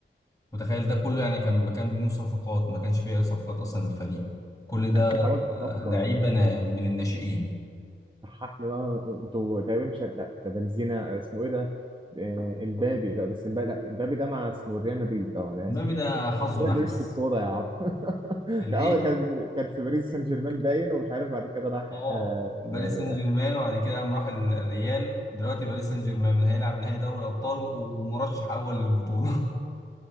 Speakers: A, on the left; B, on the right.
A: متخيل ده كله يعني كان كان بدون صفقات ما كانش فيه اي صفقات اصلا للفريق كل ده
B: لا بس انت عملت صفقه
A: لعيبه نا- من الناشئين
B: صحح لي بقى انتوا تقريبا مش لا ده بنزيما اسمه ايه ده؟ آه، امبابي لا بس امبابي لا امبابي ده مع اسمه ريال مدريد اه انا
A: مبابي
B: اسف
A: ده حظه
B: ما
A: نحس
B: تجيبش في الكوره يا عم <laughs>
A: الايه
B: كان اه كان كان في باريس سان جيرمان باين ومش عارف بعد كده راح
A: اه
B: اه
A: باريس
B: آه،
A: سان جيرمان وبعد كده قام راح ال- الريال دلوقتي باريس سان جيرمان هيلعب نهائي دوري الابطال ومرشح اول للبطوله